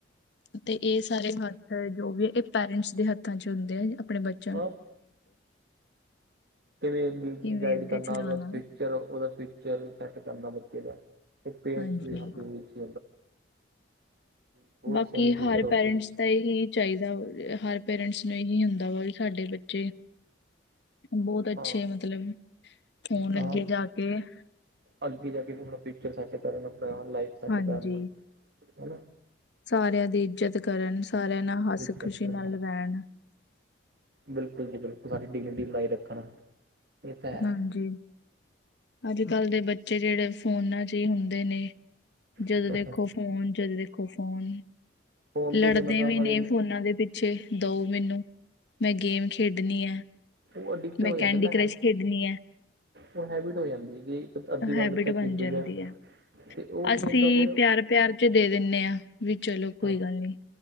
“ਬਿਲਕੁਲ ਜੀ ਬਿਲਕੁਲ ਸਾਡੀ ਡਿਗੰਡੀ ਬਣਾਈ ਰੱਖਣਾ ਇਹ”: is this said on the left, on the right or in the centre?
Right